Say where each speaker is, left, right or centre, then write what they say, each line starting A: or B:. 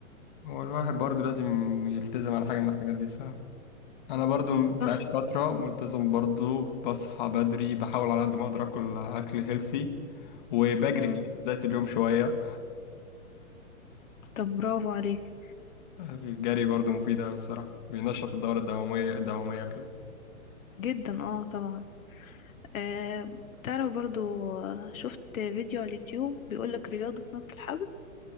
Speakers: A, on the left (about 35°); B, on the left (about 70°).
A: هو الواحد برضه لازم يلتزم على حاجة من الحاجات دي الصراحة أنا برضه
B: صح
A: بقالي فترة ملتزم برضه بصحى بدري بحاول على قد ما أقدر آكل أكل هيلسي وبجري
B: مم.
A: كده في بداية اليوم شوية
B: طب برافو عليك
A: الجري برضه مفيد أوي الصراحة بينشط الدورة الدموية الدموية كده
B: جدا اه طبعا آه تعرف برضو آه، شفت فيديو على اليوتيوب بيقولك رياضة نط الحبل